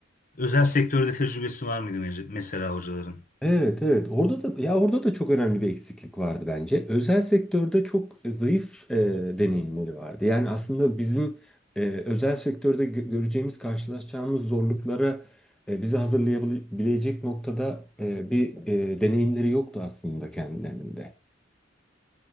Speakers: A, on the left; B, in the centre.
A: Özel sektörde tecrübesi var mıydı mece- mesela hocaların?
B: Evet evet orada da ya orada da çok önemli bir eksiklik vardı bence. Özel sektörde çok zayıf e, deneyimleri vardı. Yani aslında bizim e, özel sektörde gö- göreceğimiz karşılaşacağımız zorluklara e, bizi hazırlayabilecek noktada e, bir e, deneyimleri yoktu aslında kendilerinin de.